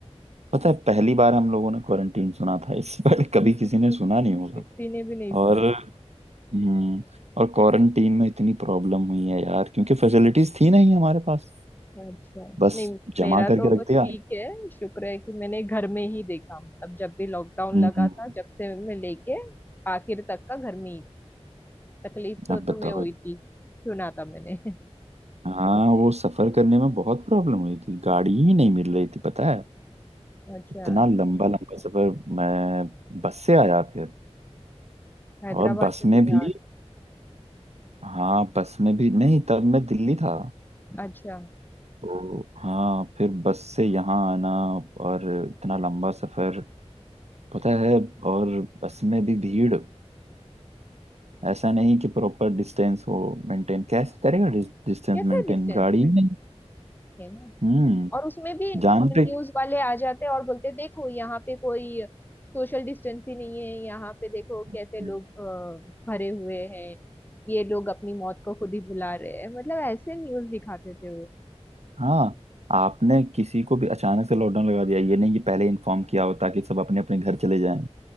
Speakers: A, on the right; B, on the left.
A: पता है पहली बार हम लोगों ने क्वारंटीन सुना था इससे पहले कभी किसी
B: था
A: ने
B: <laughs>
A: सुना नहीं होगा
B: किसी ने भी नहीं सुना
A: और हम्म और क्वारंटीन में इतनी प्रॉब्लम हुई है यार क्योंकि फैसिलिटीज थी नहीं हमारे पास
B: अच्छा
A: बस
B: नहीं
A: जमा
B: मेरा
A: करके
B: तो
A: रख
B: ठीक
A: दिया
B: है शुक्र है कि मैंने घर में ही देखा मतलब जब भी लॉकडाउन
A: हम्म
B: लगा था जब से मैं लेके आखिर तक का घर में ही तकलीफ तो
A: अब
B: तुम्हें
A: बताओ
B: हुई थी सुना था मैंने <laughs> तो
A: हाँ
B: तुमने
A: वो सफर करने में बहुत प्रॉब्लम हुई थी गाड़ी ही नहीं मिल रही थी पता है
B: अच्छा
A: इतना लंबा लंबा सफर मैं बस से आया फिर
B: हैदराबाद
A: और बस
B: से
A: में
B: बिहार
A: भी हाँ बस में भी नहीं तब मैं दिल्ली था
B: अच्छा
A: तो हाँ फिर बस से यहाँ आना और इतना लंबा सफर पता है और बस में भी भीड़ ऐसा नहीं कि प्रॉपर डिस्टेंस हो मेंटेन कैसे करेगा डिस्टेंस
B: कैसे
A: मेंटेन
B: डिस्टेंस
A: गाड़ी
B: पे
A: में
B: है ना
A: हम्म
B: और उसमें भी
A: जान
B: न्यूज
A: पे
B: वाले आ जाते हैं और बोलते हैं, देखो यहाँ पे कोई सोशल डिस्टेंस ही नहीं है यहाँ पे देखो कैसे
A: हाँ
B: लोग अ, भरे हुए हैं ये लोग अपनी मौत को खुद ही बुला रहे हैं मतलब ऐसे न्यूज दिखाते थे वो
A: हाँ आपने किसी को भी अचानक से लॉकडाउन लगा दिया ये नहीं कि पहले इन्फॉर्म किया हो ताकि सब अपने अपने घर चले जाएं